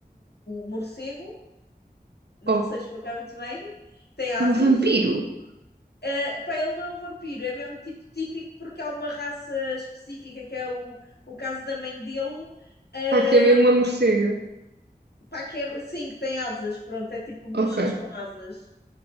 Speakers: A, on the left; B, on the right.
A: morcego, não
B: Oh,
A: sei explicar muito bem. Tem asas.
B: é um vampiro.
A: Eh, pá, ele não é um vampiro, é mesmo tipo típico porque há uma raça específica que é o, o caso da mãe dele, ah,
B: Ah, que é mesmo uma morcega.
A: Pá, que é, sim, que tem asas, pronto, é tipo bruxas
B: Ok.
A: com asas.